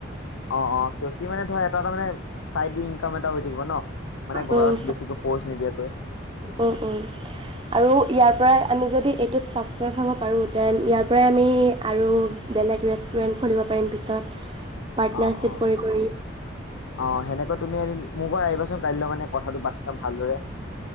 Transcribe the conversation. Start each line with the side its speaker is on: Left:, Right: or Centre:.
Left: অ অ কিয় কি মানে ধৰা এটা এটা মানে চাইড ইনকাম এটা হৈ থাকিব ন মানে ঘৰত
Right: উম,
Left: বেছিকৈ ফ'ৰ্চ নিদিয়াকৈ
Right: উম উম আৰু ইয়াৰ পৰাই আমি যদি। টোত ছাক্চেছ হ'ব পাৰোঁ তেন ইয়াৰ পৰাই আমি। আৰু বেলেগ ৰেষ্টুৰেণ্ট খুলিব পাৰিম পিছত। পাটনাৰচিপ
Left: অ অ
Right: কৰি কৰি
Left: অ সেনেকৈ তুমি এদিন মোৰ ঘৰত আহিবাচোন কাইলৈ মানে কথাটো পাতি লম ভালদৰে